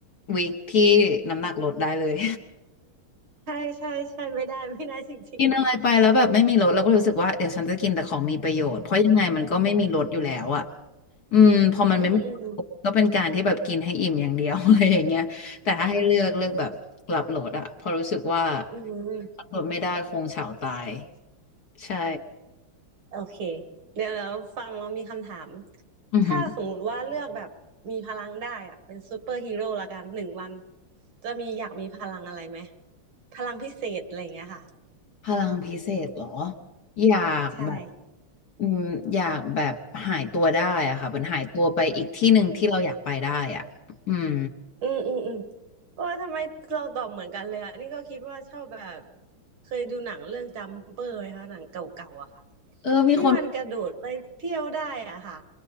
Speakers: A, on the left; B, on the right.
A: วีคที่น้ำหนักลดได้เลย
B: ใช่ใช่ใช่ไม่ได้ไม่ได้จริง
A: <laughs> กินอะไรไปแล้วแบบไม่มีลดเราก็รู้สึกว่าเดี๋ยวฉันจะกินแต่ของมีประโยชน์เพราะยังไงมันก็ไม่มีลดอยู่แล้วอะ อืมพอมันไม่มี
B: ๆอืมอืม
A: ก็เป็นการที่แบบกินให้อิ่มอย่างเดียว <laughs> อะไรอย่างเงี้ยแต่ถ้าให้เลือกเลือกแบบหลับโหลดอะเพอราะรู้สึกว่า
B: อืม
A: หลับโหลดไม่ได้คงเฉาตายใช่
B: โอเคเดี๋ยวแล้วฟังเรามีคำถาม
A: อือหือ
B: ถ้าสมมุติว่าเลือกแบบมีพลังได้อะเป็นซูเปอร์ฮีโร่ละกันหนึ่งวันจะมีอยากมีพลังอะไรไหมพลังพิเศษอะไรอย่างเงี้ยค่ะ
A: พลังพิเศษเหรออยากแบบ
B: ใช่
A: อืมอยากแบบหายตัวได้อะค่ะมันหายตัวไปอีกที่หนึ่งที่เราอยากไปได้อะอืม
B: อืมอืมอืมโอ้ยทำไมเราตอบเหมือนกันเลยอะนี่ก็คิดว่าชอบแบบเคยดูหนังเรื่องจัมเปอร์ไหมคะหนังเก่าๆอะค่ะ
A: เออมีคน
B: ที่มันกระโดดไปเที่ยวได้อะค่ะ